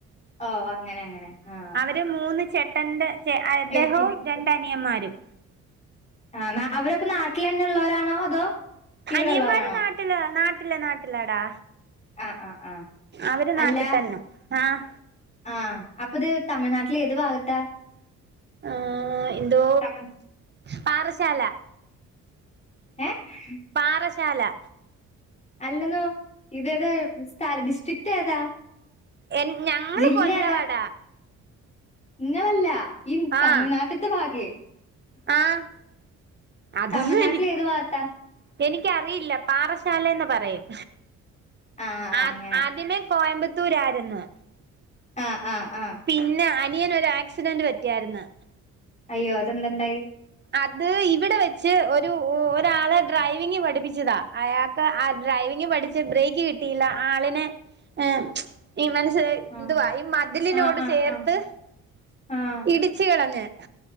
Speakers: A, on the left; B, on the right.
A: ഓ അങ്ങനങ്ങനെ ആഹ്
B: ര് മൂന്ന് ചേട്ടന്റെ ചേ അദ്ദേഹവും
A: ഏഹ്
B: രണ്ടനിയമ്മാരും
A: ആന്നാ അവരപ്പ നാട്ടിലന്നെ ഇള്ളവരാണോ അതോ ഇവിടെള്ളോരാണോ?
B: അനിയൻമാര് നാട്ടില് നാട്ടില് നാട്ടിലാടാ
A: ആഹ് ആഹ് ആഹ്
B: അവര്
A: അല്ല
B: നാട്ടിത്തന്ന ആഹ്
A: ആഹ് അപ്പിത് തമിഴ്നാട്ടിലേത് ഭാഗത്താ
B: ആഹ് എന്തോ
A: തമിഴ്
B: പാറശ്ശാല
A: ഏഹ്
B: പാറശാല
A: അല്ലെന്നു ഇതേതാ സ്ഥല ഡിസ്ട്രിക്റ്റ് ഏതാ
B: എൻ ഞങ്ങള്
A: ജില്ല
B: കൊല്ലവടാ
A: ഏതാ? ഇങ്ങളല്ല ഈ തമിഴ്നാട്ട്ത്തെ
B: ആഹ്
A: ഭാഗേ
B: ആഹ് അതൊന്നും
A: തമിഴ്നാട്ടില്
B: എനി
A: എത് വാത്താ
B: എനിക്കറിയില്ല പാറശാലേന്ന് പറയും
A: ആഹ് ആഹ്
B: ആ
A: അങ്ങനെ
B: ആദ്യമേ കോയമ്പത്തൂരായിരുന്നു
A: ആഹ് ആഹ് ആഹ്
B: പിന്നെ അനിയന് ഒരു ആക്സിഡന്റ് പറ്റിയാര്ന്ന്
A: അയ്യോ അതെന്തണ്ടായി
B: അത് ഇവിടെ വെച്ച് ഒരു ഒരാളെ ഡ്രൈവിംഗ് പഠിപ്പിച്ചതാ അയാ ക് ആ ഡ്രൈവിംഗ് പഠിച്ച് ബ്രേക്ക് കിട്ടിയില്ല ആളിനെ ഏഹ് ഇവൻ സെയ്‌
A: ആഹ്
B: എന്തുവാ ഈ മതിലിനോട്
A: ആഹ് ആഹ്
B: ചേർത്ത്
A: ആഹ് ആഹ്
B: ഇടിച്ച് കളഞ്ഞ്